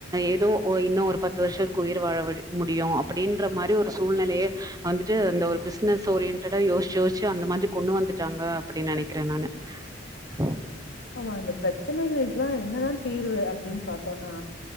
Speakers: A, on the right; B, on the left.
A: ஏதோ ஓ இன்னு ஒரு பத்து வருஷத்துக்கு உயிர் வாழ விடு முடியு அப்டின்ற மாரி ஒரு சூழ்நிலயே வந்துட்டு இந்த ஒரு ஓரியன்டடா யோஷ்ச்சு யோஷ்ச்சு அந்த மாதிரி கொண்டு வந்துட்டாங்க அப்டின் நெனக்கிறே நானு ஆஹ
B: ஆமா அந்த பிரச்சனைகளுக்கெல்லா என்னதா தீர்வு அப்டின் பாத்தோனா